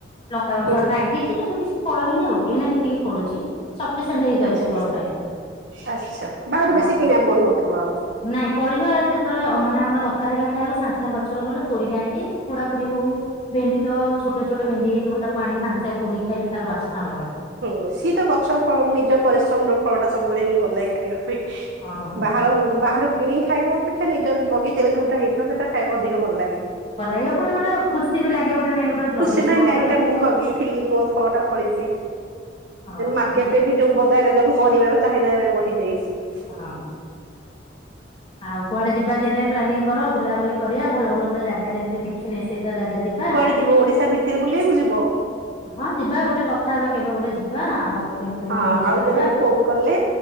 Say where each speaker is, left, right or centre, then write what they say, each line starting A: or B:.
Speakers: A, on the left (about 30°); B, on the right (about 70°).
A: ଲଙ୍କା ଗଛ
B: ହୁଁ
A: ଲାଗିଛି କିନ୍ତୁ କିଛି ଫଳ ହେଇନି ଆଉ ଏଇନା ଏତିକି ପଳୁଛି, ସଫିସିଣ୍ଟ ହେଇଯାଉଛି
B: ଆଛା
A: ଘର ପାଇଁ।
B: ଆଚ୍ଛା ବାହାରୁ
A: ଆଉ
B: ବେଶି କିଣିବାକୁ ପଡୁନଥଥିବା ଆଉ।
A: ନାଇଁ ପରଳବା ଯେତେବେଳେ ମାନେ ଆମର ଦରକାର ହେଲା ଖାଇବାକୁ ସାଙ୍ଗେ ସାଙ୍ଗେ ଗଛରୁ ଗଲେ ତୋଳିକି ଆଣିକି ପୋଡାପୋଡି ହଉ ଭେଣ୍ଡି ତ ଛୋଟ ଛୋଟ ଭେଣ୍ଡି ହେଇଥିବ ତାକୁ ଆଣିକି ସାଙ୍ଗେ ସାଙ୍ଗେ ପୋଡି ଖାଇଲେ ତାର ବାସ୍ନା ଅଲଗା।
B: ହୁଁ ସିଏ ତ ଗଛ ଫଳ ନିଜ ପରିଶ୍ରମ ର ଫଳ ଟା ସବୁବେଳେ ହିଁ ଭଲ ଲାଗେ ଖାଇବା ପାଇଁ
A: ହଁ ହଁ
B: ବାହାର ବାହାରୁ କିଣିକି ଖାଇବ ଅପେକ୍ଷା ନିଜ ବଗିଚାରେ ଯଉଟା ହେଇଥିବ ସେଟା ଖାଇବାକୁ ଅଧିକ ଭଲ ଲାଗେ
A: ଭଲାଲାଗିବ ପୁଣି ମାନେ ଖୁସି ବି ଲାଗେ ଗୋଟେ ନାଇଁ ଗୋଟେ ଲଗେଇଛି
B: ଖୁସି ନାଇଁ
A: ଗଛଟେ
B: ନାଇଁ ଏଇଟା ମୁଁ
A: ହଁ
B: ଲଗେଇଥିଲି ମୋ ଫଳ ଟା ଫଳିଛି
A: ହଁ
B: ମାର୍କେଟରେ
A: ଖୁସି
B: ବି ଯୋଉ ବରେ ଯଉି ପରିବାର ଚାହିଦା ଏବେ ବଢି ଯାଇଛି
A: ହଁ। ଆଉ କୁଆଡେ ଯିବା ଦିନେ ପ୍ଲାନିଂ କର ବୁଲାବୁଲି କରିବା ଭଲ ଭଲ ଗୋଟେ ଜାଗା ଯେମିତି ଦେଖିନି ସେଇଟା ଜାଗା ଯିବା।
B: କୁଆଡେ ଯିବ ଓଡିଶା ଭିତରେ ବୁଲିବାକୁ ଯିବ।
A: ହଁ ଯିବା ଗୋଟେ କଥା ହେବା କେବେ ଗୋଟେ ଯିବା ଆଉ, କେମିତି କଣ
B: ହଁ ଆଉ
A: ଭୋଜି କରିବା
B: କେତେବେଳେ ଫୋନ କଲେ